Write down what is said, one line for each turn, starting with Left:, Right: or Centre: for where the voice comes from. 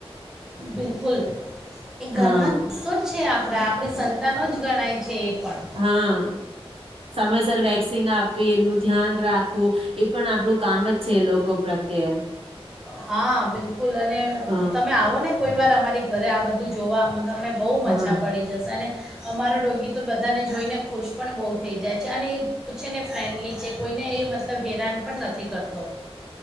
Centre: બિલકુલ. એ ઘરનો
Right: હા
Centre: કિસ્સો જ છે આપ આપણા આપણી સંતાનો જ ગણાય છે. પણ
Right: હા, સમયસર વેક્સિન આપવી, એનું ધ્યાન રાખવું એ પણ આપણું કામ જ છે લોકો પ્રત્યે.
Centre: હા બિલકુલ અને
Right: હ
Centre: તમે આવો ને કોઈવાર અમારી ઘરે આ બધું જોવા તમને બહુ મજા
Right: હા
Centre: પડી જશે અને અમારો ડોગી તો બધાને જોઈને ખુશ પણ બહુ થઈ જાય છે અને એ બહુ છે ને ફ્રેન્ડલી છે, કોઈને એ મતલબ હેરાન પણ નથી કરતો.